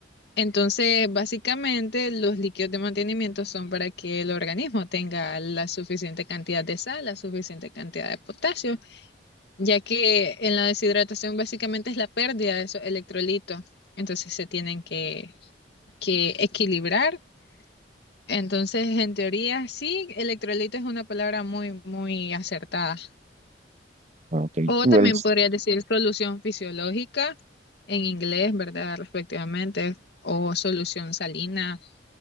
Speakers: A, on the left; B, on the right.
A: Entonces, básicamente, los líquidos de mantenimiento son para que el organismo tenga la suficiente cantidad de sal, la suficiente cantidad de potasio, ya que en la deshidratación básicamente es la pérdida de esos electrolitos. Entonces, se tienen que, que equilibrar. Entonces, en teoría, sí, electrolito es una palabra muy, muy acertada.
B: ¿no? y
A: O
B: el-
A: también podría decir solución fisiológica en inglés, ¿verdad? Respectivamente, o solución salina,